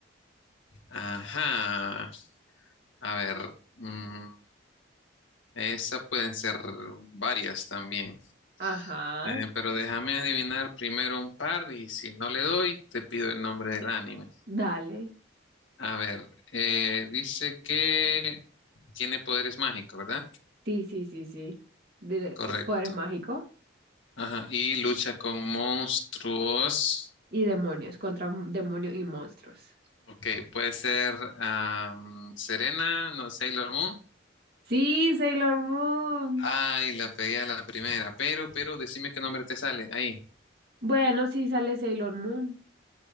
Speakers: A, on the left (about 75°); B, on the right (about 50°).
A: Ajá. A ver, mm, esa pueden ser varias también.
B: Ajá.
A: Eh, pero déjame adivinar primero un par y si no le doy, te pido el nombre del anime.
B: Dale.
A: A ver, eh, dice que tiene poderes mágicos, ¿verdad?
B: Sí, sí, sí, sí. De-
A: Correcto.
B: eh, poderes mágicos
A: Ajá, y lucha con monstruos.
B: y demonios contra m- demonios y monstruos.
A: Ok, puede ser am, Serena, no, Sailor Moon.
B: Sí, Sailor Moon.
A: Ay, la pegué a la primera, pero, pero, decime qué nombre te sale ahí.
B: Bueno, sí sale Sailor Moon.